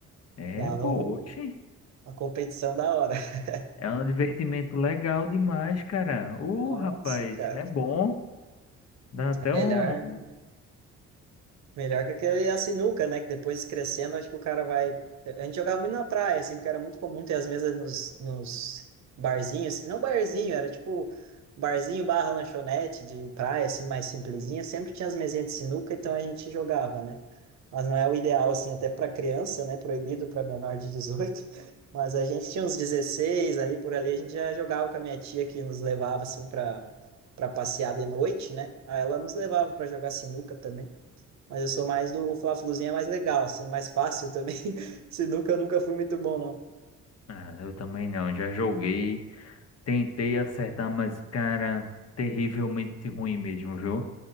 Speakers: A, on the left; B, on the right.
A: É,
B: Dava
A: pô,
B: um-
A: oxe.
B: uma competição da hora. <laughs>
A: É um divertimento legal demais, cara. Ô,
B: Nossa,
A: rapaz,
B: cara.
A: é bom. Dá até
B: É
A: um.
B: Melhor, Melhor que aquele a sinuca, né? Que depois crescendo, acho que o cara vai. A gente jogava muito na praia, assim, porque era muito comum ter as mesas nos, nos barzinhos. Não barzinho, era tipo barzinho barra lanchonete de praia, assim, mais simplesinha. Sempre tinha as mesinhas de sinuca, então a gente jogava, né? Mas não é o ideal, assim, até para criança, né? Proibido para menor de dezoito <laughs> Mas a gente tinha uns 16 ali por ali, a gente já jogava com a minha tia que nos levava, assim, para para passear de noite, né? Aí ela nos levava para jogar sinuca também. Mas eu sou mais do. O Fla-Fluzinho é mais legal, assim, é mais fácil também. <laughs> Sinuca eu nunca fui muito bom, não.
A: Ah, eu também não. Já joguei. Tentei acertar, mas, cara, terrivelmente ruim mesmo, viu?